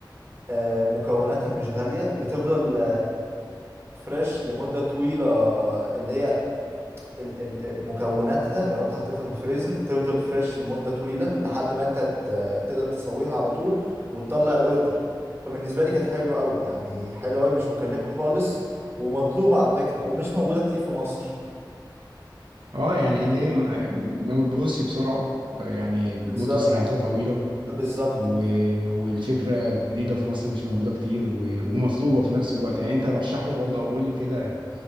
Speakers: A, on the right; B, on the right.
A: آه، مكوناتها مش غاليه بتفضل فريش لمده طويله اللي هي ال- ال- مكوناتها لو انت حطيتها في الفريزر بتفضل فريش لمدة طويلة لحد ما انت ت- تقدر تسويها على طول وتطلع الاوردر فبالنسبة لي كانت حلوة قوي يعني حلوة قوي مش مكلفة خالص ومطلوبة على فكرة ومش موجودة كتير في مصر
B: اه يعني اللي هي ما ما بتبص بسرعه يعني مده
A: بالظبط
B: صلاحيتها طويله
A: بالظبط
B: و... والفكره جديده في مصر مش موجوده كتير و... ومطلوبه في نفس الوقت يعني انت رشح لي برضه او قول لي كده